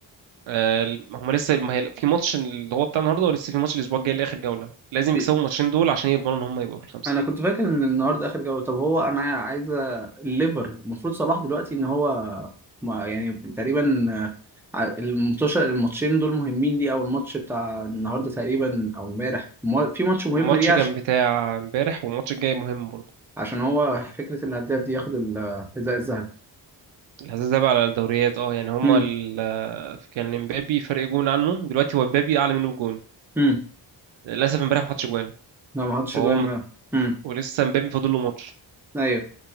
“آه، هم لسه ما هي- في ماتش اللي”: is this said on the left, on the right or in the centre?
Right